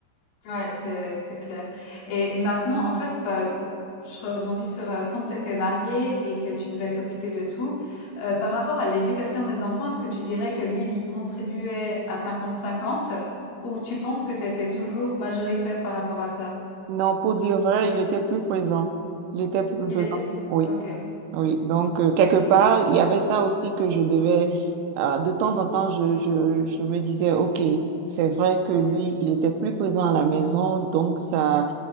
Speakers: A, on the left; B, on the right.
A: Ouais, c'est c'est clair. Et maintenant, en fait, bah, co- je rebondis sur euh, quand tu étais mariée et que tu devais t'occuper de tout. euh, par rapport à l'éducation des enfants, est-ce que tu dirais que lui, il y contribuait à 50-50 ou tu penses que tu étais toujours majoritaire par rapport à ça?
B: Non, pour dire vrai, il était plus présent. Il était plus
A: Il
B: présent.
A: était...
B: Oui.
A: Ok.
B: Oui, donc euh, quelque part, il y avait ça aussi que je devais, euh, de temps en temps, je, je, je me disais, OK, c'est vrai que lui, il était plus présent à la maison, donc ça,